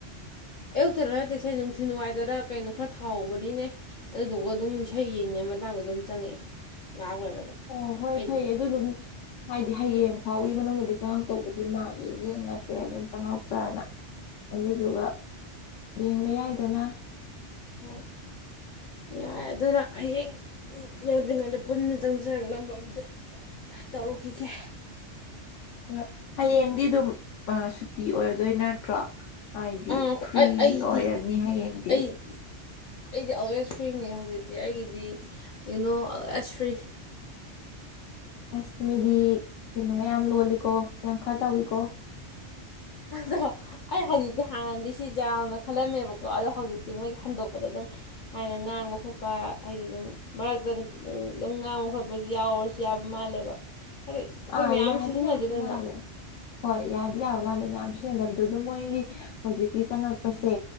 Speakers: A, on the left; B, on the left.
A: ꯑꯌꯨꯛꯇꯗ ꯅꯠꯇꯦ ꯁꯦ ꯅꯨꯡꯊꯤꯟꯋꯥꯏꯗꯔ ꯀꯩꯅꯣ ꯈꯔ ꯊꯥꯎꯕꯅꯤꯅꯦ ꯑꯗꯨꯗꯨꯒ ꯑꯗꯨꯝ ꯏꯁꯩ ꯌꯦꯡꯉꯤꯉꯩ ꯃꯇꯥꯡꯗꯨꯗ ꯑꯗꯨꯝ ꯆꯪꯉꯛꯑꯦ ꯉꯥꯏꯍꯥꯛ ꯂꯩꯔꯒ
B: ꯑꯣ ꯍꯣꯏ
A: ꯑꯩ
B: ꯐꯩꯌꯦ ꯑꯗꯨ ꯑꯗꯨꯝ ꯍꯥꯏꯗꯤ ꯍꯌꯦꯡ ꯐꯥꯎꯒꯤ ꯃꯅꯨꯡꯗꯗꯤ ꯆꯪꯉꯛꯇꯧꯕꯗ ꯗꯤ ꯃꯥꯜꯂꯤ ꯌꯦꯡꯉꯁꯦ ꯑꯗꯨꯝ ꯆꯪꯉꯛꯄ꯭ꯔꯅ ꯑꯗꯨꯗꯨꯒ ꯌꯦꯡꯕ ꯌꯥꯏꯗꯅ
A: ꯍꯣꯏ ꯌꯥꯏ ꯑꯗꯨꯅ ꯍꯌꯦꯡ ꯌꯧꯗ꯭ꯔꯤꯉꯩꯗ ꯄꯨꯟꯅ ꯆꯪꯖꯔꯛꯅꯕ ꯑꯝꯇ ꯇꯧꯔꯨꯈꯤꯒꯦ
B: ꯍ ꯍꯌꯦꯡꯗꯤ ꯑꯗꯨꯝ ꯑ ꯁꯨꯇꯤ ꯑꯣꯏꯔꯗꯣꯏ ꯅꯠꯇ꯭ꯔꯣ ꯍꯥꯏꯗꯤ
A: ꯑꯥ
B: ꯐ꯭ꯔꯤ
A: ꯑꯩꯗꯤ
B: ꯑꯣꯏꯔꯅꯤ ꯍꯌꯦꯡꯗꯤ
A: ꯑꯩ ꯑꯩꯗꯤ ꯑꯜꯋꯦꯁ ꯐ꯭ꯔꯤꯅꯦ ꯍꯧꯖꯤꯛꯇꯤ ꯑꯩꯒꯤꯗꯤ ꯌꯨꯅꯣ ꯑꯜꯋꯦꯁ ꯐ꯭ꯔꯤ
B: ꯑꯁ ꯃꯤꯗꯤ ꯀꯩꯅꯣ ꯃ ꯌꯥꯝ ꯂꯣꯜꯂꯤꯀꯣ ꯌꯥꯝ ꯈꯔ ꯇꯧꯏꯀꯣ
A: ꯑꯗꯣ ꯑꯩ ꯍꯧꯖꯤꯛꯇꯤ ꯍꯥꯟꯅꯗꯤ ꯁꯤꯖꯦ ꯌꯥꯝꯅ ꯈꯜꯂꯝꯃꯦꯕꯀꯣ ꯑꯗꯣ ꯍꯧꯖꯤꯛꯇꯤ ꯃꯣꯏꯒꯤ ꯍꯟꯗꯣꯛꯄꯗ ꯑꯗꯨꯝ ꯍꯥꯏꯅ ꯉꯥꯡꯕ ꯈꯣꯠꯄ ꯍꯥꯏꯗꯤ ꯑꯗꯨꯝ ꯃꯔꯛꯇ ꯑꯗꯨꯝ ꯉꯥꯡꯕ ꯈꯣꯠꯄꯁꯤ ꯌꯥꯎꯔꯁꯨ ꯌꯥꯕ ꯃꯥꯜꯂꯦꯕ ꯍꯥꯏꯗꯤ ꯑꯩꯈꯣꯏ
B: ꯑꯥ
A: ꯃꯌꯥꯝ
B: ꯌꯥꯗꯤ
A: ꯁꯤꯖꯤꯟꯅꯗꯦꯗꯅ
B: ꯌꯥ ꯕ ꯃꯥꯂꯦ ꯍꯣꯏ ꯌꯥꯗ ꯌꯥꯋꯥꯅꯤ ꯃꯌꯥꯝ ꯁꯤꯗꯕꯗ ꯑꯗꯨ ꯃꯣꯏꯒꯤ ꯍꯧꯖꯤꯛꯀꯤ ꯆꯪꯉꯛꯄꯁꯦ